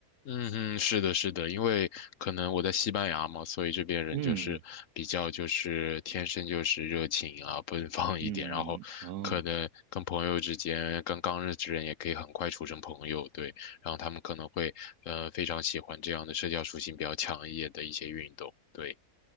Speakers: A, on the left; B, on the right.
A: 嗯哼，是的，是的，因为可能我在西班牙嘛，所以这边人就是比较就是天生就是热情啊，
B: 嗯
A: 奔放一点，
B: 嗯哦。
A: 然后可能跟朋友之间，跟刚认识的人也可以很快处成朋友，对，然后他们可能会呃非常喜欢这样的社交属性比较强一点的一些运动，对。